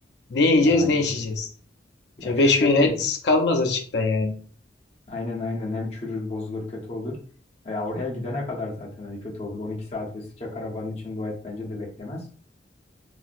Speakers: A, on the left (about 70°); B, on the left (about 35°).
A: Ne yiyeceğiz,
B: Ya aynen.
A: ne içeceğiz?
B: Ya
A: Ya
B: şu
A: 5000
B: şekilde.
A: et kalmaz açıkta yani.
B: Aynen aynen hem çürür bozulur kötü olur. Ya oraya gidene kadar zaten hani kötü olur. 12 saat ve sıcak arabanın içinde o et bence de beklemez.